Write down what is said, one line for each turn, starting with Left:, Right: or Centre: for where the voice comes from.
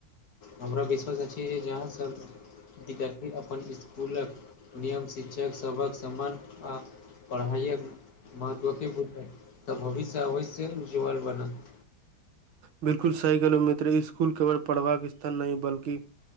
Left: हमरा विश्वास अछि जे आहाँसभ विद्यार्थी अपन इसकुलक नियम शिक्षक सभक सम्मान आ पढ़ाइअक महत्वके बुझए तऽ भविष्य ओहिसे उज्ज्ववल बनत
Right: बिलकुल सही कहलो मित्र स्कुल केवल पढ़बाक स्थान नहि बल्कि